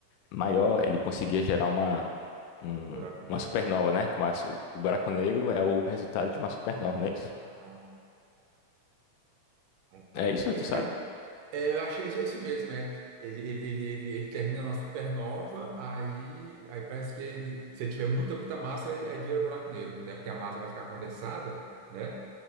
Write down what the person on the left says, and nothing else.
maior, ele conseguia gerar uma, um-
uma supernova,
né? Como a su- o buraco negro é o resultado de uma supernova, não é isso?
É
isso,
tu sabe?